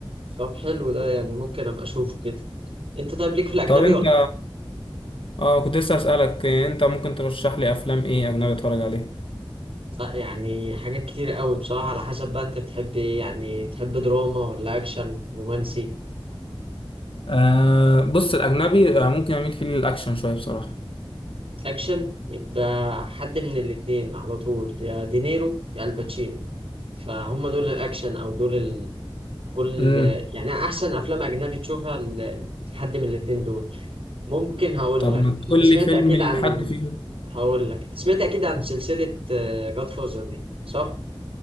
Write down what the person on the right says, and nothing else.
طب حلو ده يعني ممكن ابقى اشوفه كده انت طيب ليك في الاجنبي
ولا
لا يعني حاجات كتير قوي بصراحه على حسب بقى انت بتحب ايه يعني تحب دراما ولا اكشن رومانسي
اكشن يبقى حد من الاتنين على طول يا دينيرو يا الباتشينو فهم دول الاكشن او دول ال... كل
يعني احسن افلام اجنبي تشوفها ل- لحد من الاتنين دول ممكن هقول
لك
انت سمعت
اكيد
عن
هقول لك سمعت اكيد عن سلسلة جاد فوزر دي صح